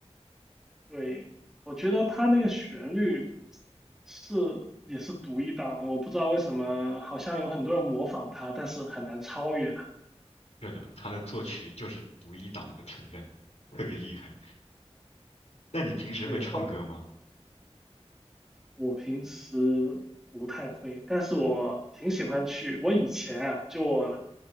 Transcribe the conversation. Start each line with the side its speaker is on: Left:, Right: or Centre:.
Centre: 对，我觉得他那个旋律。是也是独一档，我不知道为什么，好像有很多人模仿他，但是很难超越他。
Left: 是的，他的作曲就是独一档的存在，特别厉害。那你平时会唱歌吗？
Centre: 对，我我平时不太会，但是我挺喜欢去。我以前啊，就我